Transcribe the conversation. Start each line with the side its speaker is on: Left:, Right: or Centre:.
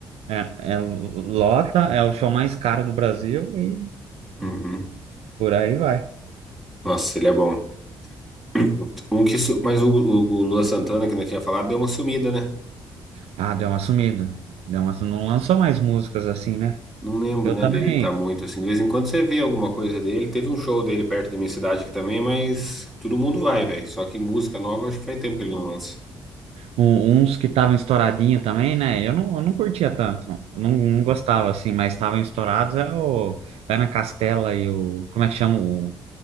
Right: é, é o- lota, é o show mais caro do Brasil e
Centre: Uhum.
Right: por aí vai.
Centre: Nossa, ele é bom. <clears throat> Um que, su- mas o, o, o Luan Santana, que não tinha falado, deu uma sumida, né?
Right: Ah, deu uma sumida, deu uma, su- não lançou mais músicas assim, né?
Centre: Não lembro,
Right: Eu
Centre: né,
Right: também
Centre: dele tá muito assim. De vez em quando você vê alguma coisa dele. Teve um show dele perto da minha cidade aqui também, mas todo mundo vai, velho. Só que música nova, acho que faz tempo que ele não lança.
Right: Um- uns que estavam estouradinho também, né? Eu não, eu não curtia tanto, não, não, não gostava assim, mas estavam estourados. É o Ana Castela e o. Como é que chama? O,